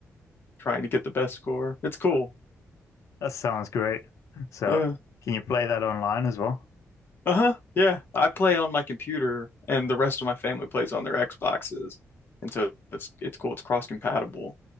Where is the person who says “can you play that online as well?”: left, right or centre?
Left